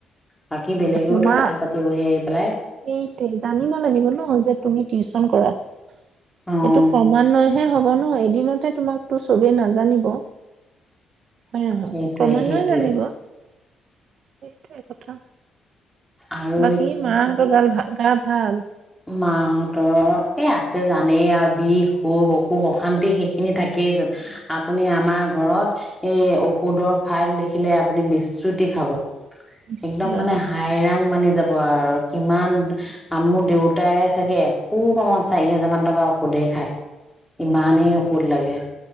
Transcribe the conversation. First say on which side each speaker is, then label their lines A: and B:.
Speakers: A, in the centre; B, on the right.
A: বাকী বেলেগেওতো
B: তোমাৰ
A: কথা পাতিবহি আহি পেলাই
B: সেইটোৱে জানিব লাগিব ন যে তুমি টিউচন কৰা এইটো
A: অ',
B: ক্ৰমান্বয় হে হ'ব ন ন এদিনতে তোমাকো চবেই নাজানিব হয় ক্ৰমান্বয়ে
A: সেইটোৱে সেইটোৱে
B: জানিব সেইটোৱে কথা।
A: আৰু
B: বাকী মা হতৰ ভাল গা ভাল
A: মা হতৰ এ আছে জানেই আৰু বিষ অসুখ অশান্তি সেই খিনি থাকেই চোন আপুনি আমাৰ ঘৰত এই ঔষধৰ ফাইল দেখিলে আপুনি বিচ্ৰুতি খাব।
B: ইচ
A: একদম
B: ৰাম
A: মানে হাইৰান মানি যাব। কোৱা আৰু কিমান আৰু দেউতা গোটাই চাগে এখোপামান চাৰি হোজাৰ মান টকা ঔষধেই খায় ইমানেই অষুধ লাগে